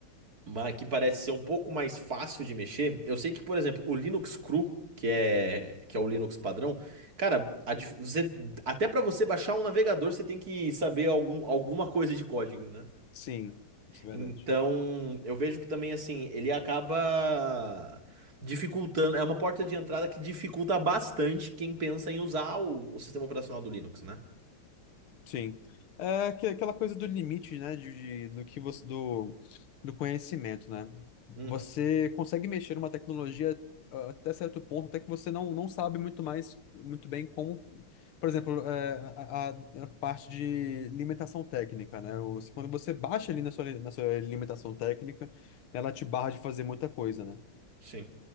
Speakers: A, on the right; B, on the left.
A: mas que parece ser um pouco mais fácil de mexer. Eu sei que, por exemplo, o Linux Cru, que é, que é o Linux padrão, cara, a dif- você- até para você baixar um navegador, você tem que saber algum, alguma coisa de código, né?
B: Sim, isso é
A: Então,
B: verdade.
A: eu vejo que também, assim, ele acaba dificultando, é uma porta de entrada que dificulta bastante quem pensa em usar o, o sistema operacional do Linux, né?
B: Sim. É aque- aquela coisa do limite, né? De, de- do que você, do, do conhecimento, né?
A: Uhum.
B: Você consegue mexer numa tecnologia ah, até certo ponto, até que você não, não sabe muito mais, muito bem como. Por exemplo, é, a, a- a parte de limitação técnica, né? O- se- Quando você baixa ali na sua, na sua limitação técnica, ela te barra de fazer muita coisa, né?
A: Sim.